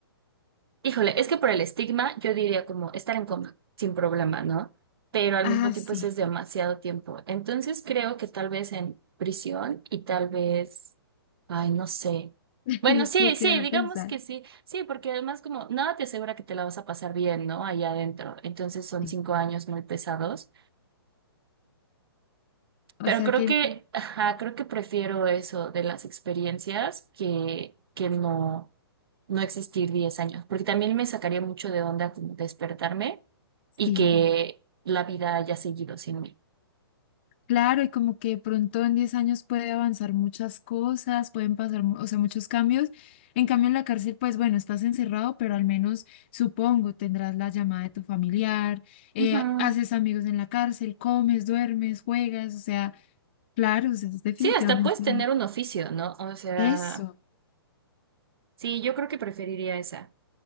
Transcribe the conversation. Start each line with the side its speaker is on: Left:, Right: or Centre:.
Right: Híjole, es que por el estigma yo diría como estar en coma, sin problema, ¿no? Pero al
Left: Ah,
Right: mismo tiempo
Left: sí.
Right: eso es demasiado tiempo. Entonces creo que tal vez en prisión y tal vez, ay, no sé.
Left: <laughs>
Right: Bueno,
Left: Es
Right: sí,
Left: que queda
Right: sí, digamos
Left: a pensar.
Right: que sí, sí, porque además como nada te asegura que te la vas a pasar bien, ¿no? Allá adentro. Entonces son
Left: Sí.
Right: cinco años muy pesados.
Left: O
Right: Pero
Left: sea
Right: creo
Left: que
Right: que, ajá, creo que prefiero eso de las experiencias que, que no, no existir 10 años, porque también me sacaría mucho de onda como despertarme y
Left: sí.
Right: que la vida haya seguido sin mí.
Left: Claro, y como que de pronto en 10 años puede avanzar muchas cosas, pueden pasar, mu- o sea, muchos cambios. En cambio, en la cárcel, pues bueno, estás encerrado, pero al menos supongo tendrás la llamada de tu familiar, eh,
Right: Ujú.
Left: ha- haces amigos en la cárcel, comes, duermes, juegas, o sea, claro, o sea, es definitivamente
Right: Sí, hasta puedes tener un oficio, ¿no? O sea,
Left: eso.
Right: sí, yo creo que preferiría esa.